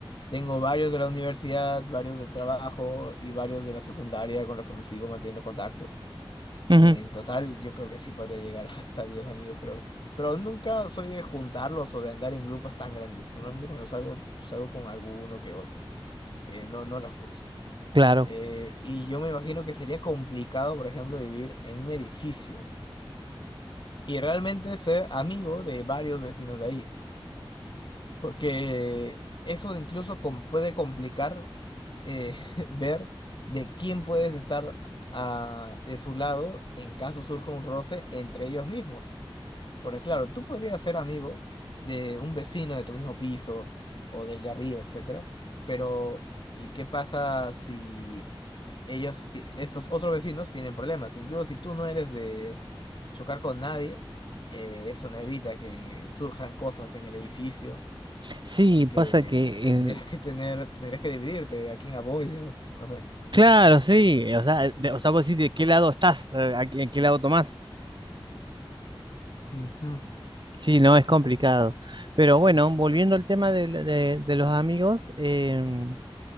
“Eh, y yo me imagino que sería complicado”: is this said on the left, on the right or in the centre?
Left